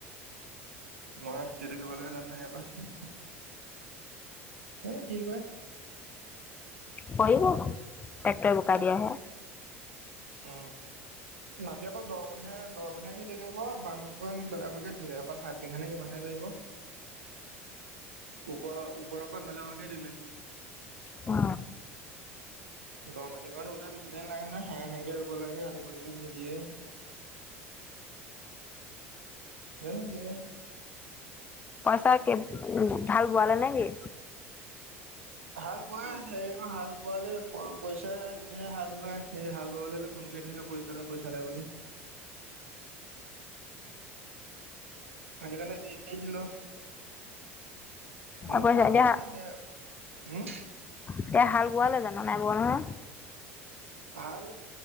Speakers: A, on the right; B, on the left.
A: মই খেতিটো কৰিবলেকে যাম নে ইয়াৰ পৰা যানো কি কয়।
B: কৰিব ট্ৰেক্টৰে বোকা দিয়াহে
A: অ মাটি অকল দ কনহে দহ কনকে দিলে ক বামকণ বেলেগকে দিলে অকল সাত বিঘানে কিমানহে কৰি ব ওপৰৰ ওপৰকণ বেলেগকে দিলে।
B: অ
A: দ মাটি কন ৰুওতে বেছিদিন লাগে নহয় হেৰেঙা হেৰেঙাকে ৰুব লাগে আলি পজলি নিদিয়ে <inaudible> জানো কি হয়।
B: পইচা কে হাল বোৱালা নে কি
A: হাল বোৱাই হৈছে এই আকৌ হাল বোৱালে পইচা হে হাল বাই সেই হাল বাবলৈ হলে ফোন কৰি থাকে পইচা নাই পইচা নাই বুলি এনে কণে দি তি দিলো মোক
B: পইচা
A: কোৱা
B: এতিয়া
A: নাই উম
B: এতিয়া হাল বোৱালে জানো নাই বোৱা নহয়।
A: হাল